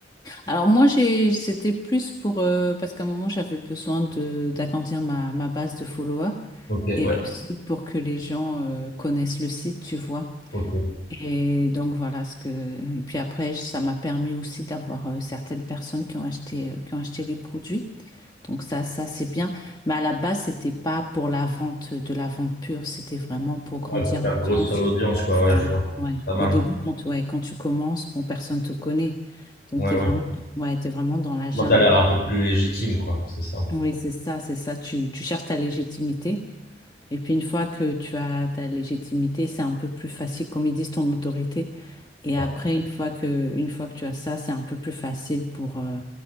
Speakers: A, on the left; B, on the left.
A: alors moi j'ai c'était plus pour euh, parce qu'à un moment j'avais besoin de d'agrandir ma, ma base de followers
B: Ok,
A: Et
B: ouais,
A: aussi pour que les gens euh, connaissent le site, tu vois.
B: ok.
A: Et donc voilà ce que. Et puis après, ça m'a permis aussi d'avoir euh, certaines personnes qui ont acheté, euh, qui ont acheté les produits. Donc ça, ça c'est bien. Mais à la base, c'était pas pour la vente, euh, de la vente pure. C'était vraiment pour grandir
B: Ouais, pour faire
A: l'audience.
B: grosse sur l'audience, quoi, ouais,
A: Voilà.
B: je vois.
A: Ouais.
B: Ça marche.
A: Au début, quand, ouais, quand tu commences, bon, personne te connaît. Donc
B: Ouais,
A: t'es
B: ouais.
A: vraiment, ouais, t'es vraiment dans la jungle.
B: Moi, t'as l'air un peu plus légitime, quoi, c'est ça.
A: Oui, c'est ça, c'est ça. Tu, tu cherches ta légitimité. Et puis une fois que tu as ta légitimité, c'est un peu plus facile, comme ils disent, ton autorité. Et
B: Ouais,
A: après, une fois que, une fois que tu as ça, c'est un peu plus facile pour euh,